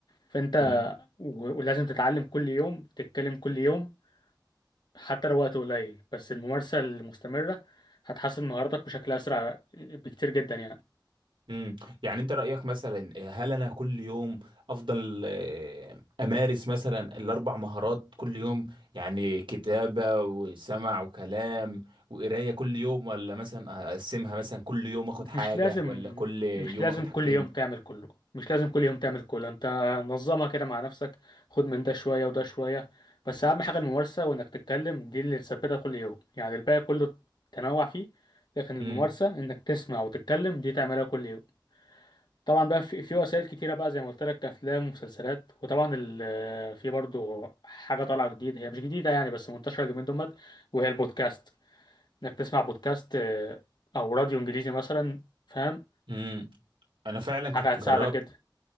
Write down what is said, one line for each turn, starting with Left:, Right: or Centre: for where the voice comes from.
Left: فانت
Right: امم
Left: و- ولازم تتعلم كل يوم تتكلم كل يوم حتى لو وقت قليل بس الممارسة المستمرة هتحسن مهاراتك بشكل أسرع بكتير جدا يعني
Right: امم يعني انت رأيك مثلا هل انا كل يوم افضل آه، امارس مثلا الاربع مهارات كل يوم يعني كتابة وسمع وكلام وقراية كل يوم ولا مثلا اقسمها مثلا كل يوم اخد حاجة
Left: مش لازم
Right: ولا كل يوم
Left: مش لازم
Right: اخد حاجتين
Left: كل يوم تعمل كله مش لازم كل يوم تعمل كله انت نظمها كده مع نفسك خد من ده شوية وده شوية بس اهم حاجة الممارسة وانك تتكلم دي اللي تثبتها كل يوم يعني الباقي كله تنوع فيه لكن الممارسة
Right: امم
Left: انك تسمع وتتكلم دي تعملها كل يوم طبعا بقى في, في وسائل كتيرة بقى زي ما قلت لك افلام ومسلسلات وطبعا ال- في برضو حاجة طالعة جديدة هي مش جديدة يعني بس منتشرة اليومين دول وهي البودكاست انك تسمع بودكاست آه، او راديو انجليزي مثلا فاهم
Right: امم انا فعلا كنت
Left: حاجة هتساعدك
Right: جربت
Left: جدا